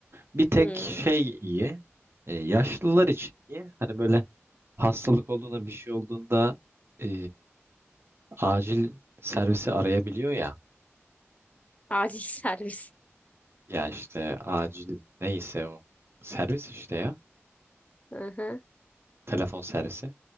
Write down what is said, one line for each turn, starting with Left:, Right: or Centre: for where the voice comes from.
Right: Bir tek
Left: hmm,
Right: şey iyi. e, yaşlılar için iyi. Hani böyle hastalık olduğunda bir şey olduğunda e, acil servisi arayabiliyor ya.
Left: acil <laughs> servis.
Right: Ya işte acil neyse o servis işte ya.
Left: Hı hı,
Right: Telefon servisi.